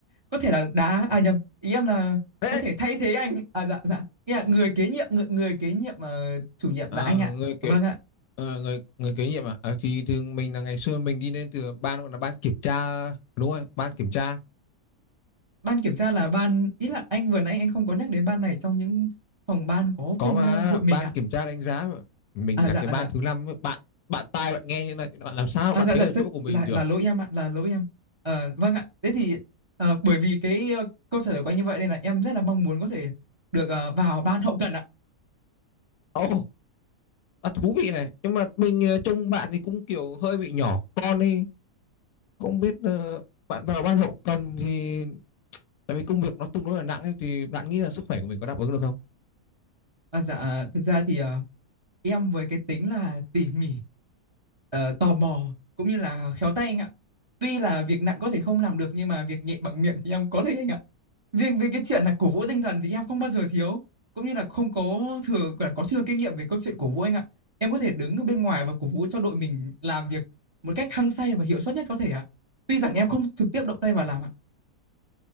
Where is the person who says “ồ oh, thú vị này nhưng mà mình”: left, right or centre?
Left